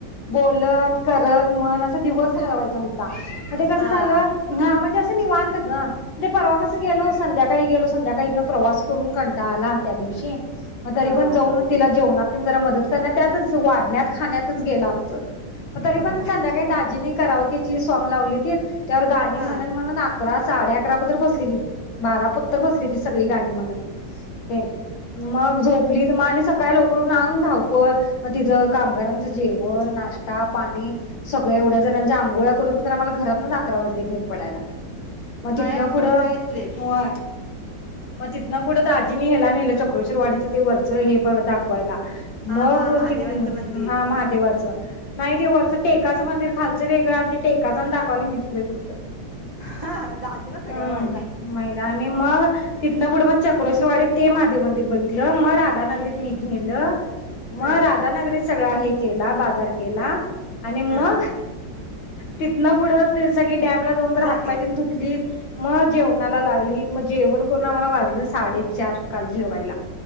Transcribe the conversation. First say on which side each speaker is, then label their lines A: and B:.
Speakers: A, on the left (about 85°); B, on the left (about 25°).
A: बोलत करत म्हण असा दिवस घालवायचा होता. मग ते कसं
B: हा
A: झालं. हा म्हणजे असं निवांत ग ते परवा कसं गेलो संध्याकाळी गेलो संध्याकाळ इथन प्रवास करून कंटाळ आला त्या दिवशी शी मग तरी
B: हा
A: पण जाऊन तिला जेवणात तेन जरा मदत कारण त्यातच वाढण्यात खाण्यात गेला आमचं तरीपण
B: होय
A: संध्याकाळी दाजींनी कराव की कि ची साँ लावलीतीत त्यावर मी
B: हा
A: म्हणल म्हणून अकरा साडे अकरा पोतर बसली त बारा पोतर बसली ती सगळी गाणी म्हणत ते मग झोप लिहित मग आणि सकाळी लवकरून उठून अजून धावपळ तिच कामागारान च जेवण नाश्ता पाणी. सगळ्या एवढ्याजणांच्या अंघोळ्या करोस पातूर आम्हाला घरातच अकरा वाजले बाहे पडायला. मग
B: नाही
A: तिथन
B: अगं
A: पुढं
B: होतयच लेट
A: होय. मग तिथन पुढं दाजीनी हेला नेलं चक्रोश्वर वाडीचं ते वरचं हे ब दाखवायला.
B: हा
A: मग
B: हा महादेवांचं
A: तिथनं,
B: मंदिर
A: हां महादेवाचं. नाही ते वरचं टेकाचं मंदिर खालचं वेगळं आण् ते टेकाचं अन् दाखवायला न्हेलतीत बाई कुठलं.
B: हा दाजीला सगळं
A: हम्,
B: माहित आहे
A: मैदा आणि मग तिथनं पुढं मग चक्रोश्रीवाडीत ते महादेव मंदिर बघितलं म राधानगरीत नी घेलं म
B: हा
A: राधानगरीत सगळा हे केला, बाजार केला. आणि मग
B: हा
A: तिथनं पुढं ते सगळी डॅमला जाऊ तर
B: जाग्यावर
A: हातपाय तेन धुतलीत म जेवणाला लागलीत. म जेवण करून आम्हाला वाजलं साडेचार काल जेवायला.